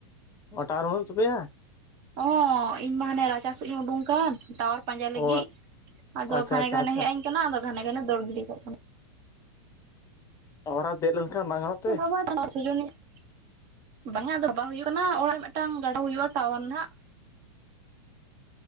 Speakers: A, on the left; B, on the right.
A: ᱚ ᱴᱟᱣᱟᱨ ᱵᱟᱱᱩᱜ ᱛᱟᱯᱮᱭᱟ
B: ᱚᱸᱻ ᱤᱧ ᱢᱟ ᱦᱟᱱᱮ ᱨᱟ ᱪᱟ ᱥᱮᱫ ᱤᱧ ᱩᱰᱩᱝ ᱠᱟᱱ ᱴᱟᱣᱟᱨ ᱯᱟᱸᱡᱟᱭ
A: ᱚ
B: ᱞᱟᱹᱜᱤᱫ ᱟᱫᱚ
A: ᱟᱪᱪᱷᱟ
B: ᱜᱷᱟᱱᱮ
A: ᱟᱪᱪᱷᱟ
B: ᱜᱷᱟᱱᱮ
A: ᱟᱪᱪᱷᱟ
B: ᱦᱮᱡ ᱟᱹᱧ ᱠᱟᱱᱟ ᱟᱫᱚ ᱜᱷᱟᱱᱮ ᱜᱷᱟᱱᱮ ᱫᱚᱲ ᱵᱤᱨᱚᱜᱚᱜ ᱠᱟᱹᱱᱟᱹᱧ
A: ᱴᱟᱣᱟᱨ ᱨᱮ ᱫᱮᱡ ᱞᱮᱱᱠᱷᱟᱱ ᱵᱟᱝ ᱜᱟᱱᱚᱜ
B: <unintelligible>
A: ᱛᱮ
B: ᱵᱟᱸᱜᱟ ᱟᱫᱚ ᱵᱟ ᱦᱩᱭᱩᱜ ᱠᱟᱱᱟ ᱚᱲᱟᱜ ᱨᱮ ᱢᱤᱫᱴᱟᱝ ᱜᱟᱰᱟᱣ ᱦᱩᱭᱩᱜᱼᱟ᱾ ᱴᱟᱣᱟᱨ ᱱᱟᱦᱟᱜ